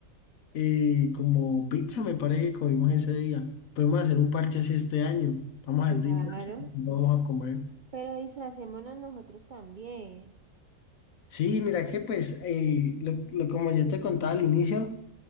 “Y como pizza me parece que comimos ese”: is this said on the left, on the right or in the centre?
Left